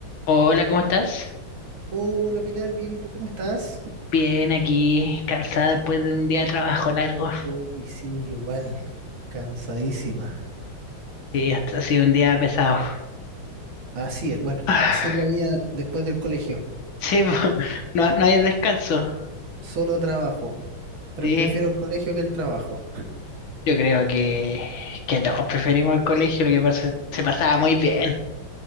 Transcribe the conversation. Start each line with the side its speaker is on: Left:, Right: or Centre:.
Left: Hola, ¿cómo estás?
Right: Hola Pilar, bien, ¿y tú cómo estás?
Left: Bien, aquí cansada después de un día de trabajo largo.
Right: Uy, sí, igual, cansadísima.
Left: Sí, hasta ha sido un día pesado. <sighs>
Right: Así es, bueno,
Left: Ah,
Right: así es la vida después del colegio.
Left: Sí, po, <laughs> no, no hay descanso.
Right: Solo trabajo. Pre-
Left: Sí,
Right: prefiero el colegio que el trabajo.
Left: yo creo que, que todos preferimos el colegio, lo que pasa, se pasaba muy bien.